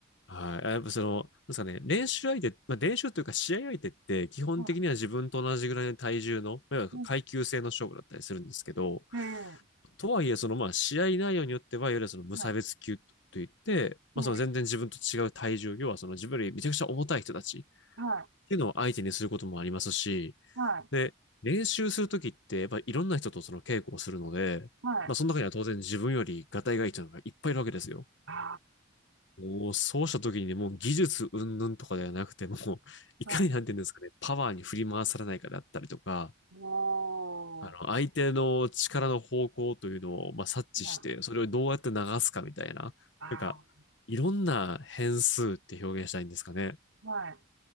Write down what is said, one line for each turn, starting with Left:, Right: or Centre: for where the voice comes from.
Left: はい。あやっぱその、なんですかね、練習相手、まあ、練習というか試合相手って基本的には自分と同じぐらいの体重の、
Right: は
Left: いわゆる階級制の勝負だったりするんですけど、
Right: い。うん。ええ、
Left: とはいえそのまあ試合内容によっては、いわゆるその無差別級といって、
Right: はい。
Left: まあその全然自分と違う体重、
Right: え
Left: 要はその自分よりめちゃくちゃ重たい人たちっ
Right: え、はい。
Left: ていうのを相手にすることもありますし、
Right: はい。
Left: で、練習するときって、やっぱいろんな人とその稽古をするので、
Right: はい。
Left: まあその中には当然自分よりガタイがいい人がいっぱいいるわけですよ。
Right: あ
Left: もうそうした時にね、もう技術云々とかではなくて、もう <laughs> いかになんていうんですかね、
Right: あ、はい。
Left: パワーに振り回されないかだったりとか、
Right: おー。
Left: あの、相手の力の方向というのを、まあ、察知して、
Right: はい。
Left: それをどうやって流すかみたいな、
Right: あ
Left: なんか、いろんな変数って表現したいんですかね。
Right: あ、はい。